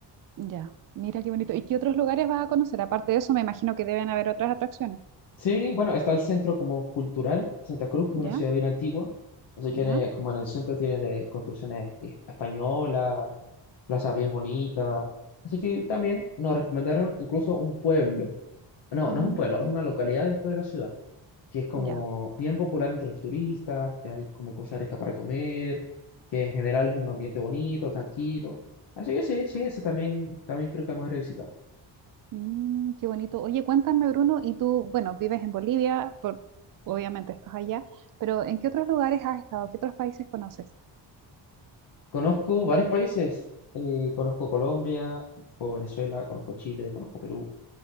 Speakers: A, on the right; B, on the left.
A: ya. Mira qué bonito. ¿Y qué otros lugares vas a conocer? Aparte de eso, me imagino que deben haber otras atracciones.
B: Sí, bueno, está el centro como cultural, Santa Cruz, que
A: ¿Ya?
B: es una ciudad bien antigua. Así que
A: ¿Ya?
B: en el- como en el centro tienes de construcciones es- españolas, plazas bien bonitas. Así que también nos recomendaron incluso un pueblo. No,
A: Mm,
B: no es un pueblo, es una localidad dentro de la ciudad, que es como
A: ya.
B: bien popular entre los turistas, que hay como cosas ricas para comer, que en general es un ambiente bonito, tranquilo. Así que sí, sí, ese también, también creo que vamos a ir a visitar.
A: Mm, qué bonito. Oye, cuéntame, Bruno, y tú, bueno, vives en Bolivia, por, obviamente estás allá, pero ¿en qué otros lugares has estado? ¿Qué otros países conoces?
B: Conozco varios países. eh, conozco Colombia, conozco Venezuela, conozco Chile, conozco Perú.